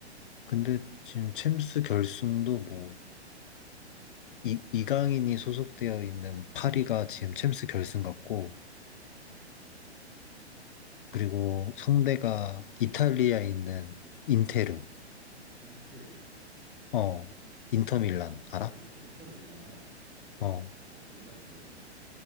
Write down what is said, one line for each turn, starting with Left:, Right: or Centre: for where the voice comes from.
Left: 근데 지금 챔스 결승도 뭐 이, 이강인이 소속되어 있는 파리가 지금 챔스 결승 같고
Right: 어,
Left: 그리고 상대가 이탈리아에 있는
Right: 음.
Left: 인테르
Right: 인테르
Left: 어 인터밀란 알아?
Right: 아 인터 인터 밀란
Left: 어
Right: 어 밀란 들어봤어.